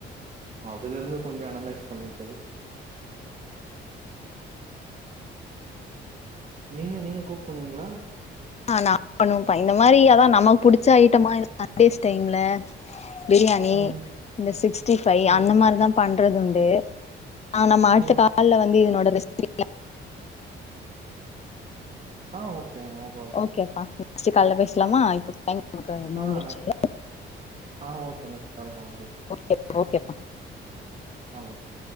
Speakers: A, on the right; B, on the left.
A: அதுலருந்து கொஞ்சொ அனலைஸ் பண்ணிகிட்டது நீங்க நீங்க குக் பண்ணுவீங்களா
B: நா ஆ பண்ணுவப்பா இந்த மாரி அதா நமக்கு புடிச்ச ஐட்டமா இருந்தா சண்டேஸ் டைம்ல பிரியாணி
A: ம்
B: இந்த சிக்ஸ்டி ஃபை
A: ம்
B: அந்த மார்தா பண்றதுண்டு ஆ நம்ம அடுத்த
A: ம்
B: கால்ல வந்து இதனோட ரெசி <inaudible>
A: ஆ ஓகேங்க ஓக்
B: ஓகேப்பா நெக்ஸ்ட்டு கால்ல பேஸ்லாமா இப்போ டைம் நமக்கு முஞ்சடுச்சு
A: ஆ நெ
B: இல்ல
A: ஆ ஓகே நெக்ஸ்டு கால் பண்ணுங்க பேசு
B: ஓகேப்பா ஓகேப்பா
A: ஆ ஓகே